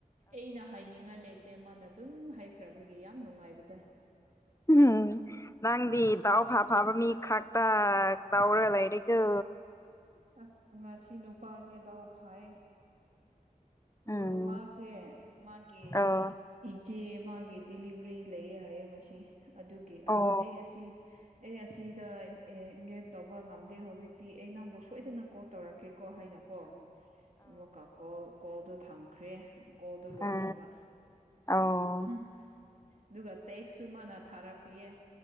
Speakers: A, on the right (about 55°); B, on the left (about 20°).
A: ꯑꯩꯅ ꯍꯥꯏꯅꯤꯡꯉꯥꯏ ꯂꯩꯇꯦ ꯃꯥꯅ ꯑꯗꯨꯝ ꯍꯥꯏꯈ꯭ꯔꯕꯒꯤ ꯌꯥꯝ ꯅꯨꯡꯉꯥꯏꯕꯗ
B: ꯎꯝ ꯅꯪꯗꯤ ꯗꯥꯎ ꯐꯥ ꯐꯥꯕ ꯃꯤ ꯈꯛꯇ ꯇꯗꯥꯎꯔ ꯂꯩꯔꯦꯒ
A: ꯑꯁ ꯉꯁꯤ ꯅꯨꯄꯥꯁꯦꯗꯥꯎ ꯐꯥꯏꯌꯦ ꯑꯗꯨ
B: ꯎꯝ
A: ꯃꯥꯁꯦ ꯃꯥꯒꯤ
B: ꯑꯣ
A: ꯖꯦ ꯃꯥꯒꯤ ꯗꯤꯂꯤꯚꯔꯤ ꯂꯩꯌꯦ ꯍꯌꯦꯡ ꯉꯁꯤ ꯑꯗꯨꯒꯤ ꯑꯁ
B: ꯑꯣ
A: ꯑꯩ ꯑꯁꯤ ꯑꯩ ꯑꯁꯤꯗ ꯏꯡꯒꯦꯖ ꯇꯧꯕ ꯉꯝꯗꯦ ꯍꯧꯖꯤꯛꯇꯤ ꯑꯩ ꯅꯪꯕꯨ ꯁꯣꯏꯗꯅ ꯀꯣꯜ ꯇꯧꯔꯛꯀꯦꯀꯣ ꯍꯥꯏꯅꯀꯣ ꯑꯃꯨꯛꯀ ꯀꯣꯜ ꯀꯣꯜꯗꯣ ꯊꯝꯈ꯭ꯔꯦ ꯀꯣꯜꯗꯨ ꯂꯣꯏꯈ꯭ꯔꯕ
B: ꯑ ꯑ ꯑꯣ
A: ꯎꯝ ꯑꯗꯨꯒ ꯇꯦꯛꯁꯁꯨ ꯃꯥꯅ ꯊꯥꯔꯛꯄꯤꯌꯦ